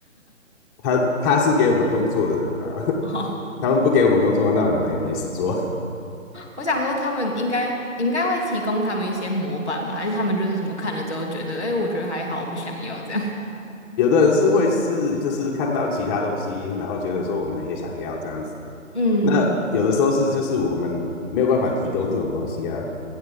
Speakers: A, on the left; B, in the centre.
A: 他他是给我们工作的人啊，
B: <laughs> 哦
A: <laughs> 他们不给我们工作，那我们也没事做。
B: 我想说他们应该应该会提供他们一些模板吧，还是他们就是什么看了之后觉得，哎，我觉得还好，我不想要这样。<laughs>
A: 有的人是会是就是看到其他东西，然后觉得说我们也想要这样子，
B: 嗯，
A: 那有的时候是就是我们没有办法提供这种东西啊，